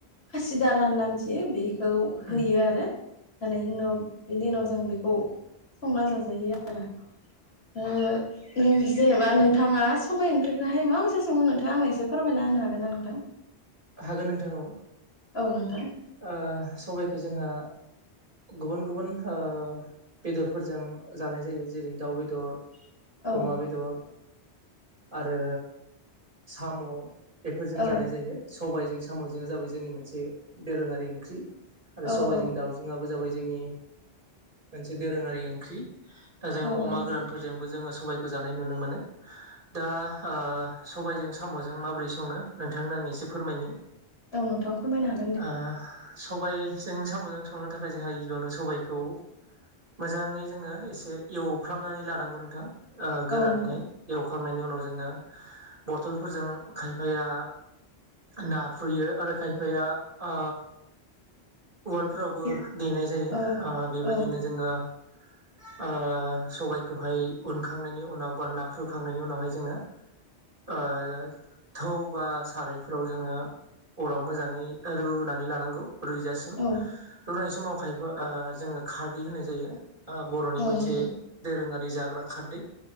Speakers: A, on the left; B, on the right.
A: खासिदारा होनना मिथियो बे खौ होयो
B: उम
A: आरो। होनायनि उनाव बिनि उनाव जों बेखौ संना जाजायो आरो। ओ नों जेनेबा नों थाङा सबाइ ओंख्रिखोहाय माबायसा सङो नोंथां आंनो एसे फोरमायना होनो हागोन ना नोंथां?
B: हागोन नोंथां औ।
A: औ नोंथां।
B: ओ सबायखौ जोंहा। गुबुन गुबुन ओ बेदरफोरजों जानाय जायो जेरै- दाउ बेदर।
A: औ
B: अमा बेदर आरो साम'। बेफोरजों
A: औ
B: जानाय जायो सबायजों साम'जोंआ जाबाय जोंनि मोनसे दोरोङारि ओंख्रि। आरो
A: औ
B: सबाइजों
A: औ
B: दाउजोंआबो जाबाय जोंनि मोनसे दोरोङारि ओंख्रि। दा जोङो
A: औ
B: अमा
A: नंगौ
B: गोरानफोरजोंबो जोङो स सबायखौ जानाय नुनो मोनो दा सबायजों साम'जों माबोरै सङो नोंथांनो आं आं एसे फोरमायनि।
A: औ नोंथां फोरमायनो हा
B: ओ सबायजों साम'जों संनो थाखाय जोंहा गिबियावनो सबायाइखौ। मोजाङै जोङो एसे एवफ्रामनानै लानांगौ नोंथां ओ
A: औ
B: गोरानैहाय
A: नंगौ
B: एव खांनायनि उनाव जोङो बथलफोरजों खायफाया नाफ्रुयो आरो खायफाया ओ उवालफोरावबो
A: औ
B: देनाय जायो
A: औ
B: बेबायदिनो
A: औ
B: जोङो <unintelligible> ओ सबायखौहाय उनखांनायनि उनाव बा नाफ्रुखांनायनि उनावहाय जोङो। ओ थौ बा सारायफोराव जोङो अराव मोजाङै। रुनानै लानांगौ रुइजासिम
A: औ
B: रुनाय समाव खाय <unintelligible> ओ जोङो खारदै होननाय जायो ओ बर'नि मोनसे
A: नंगौ
B: दोरोङारि जाग्रा खारदै।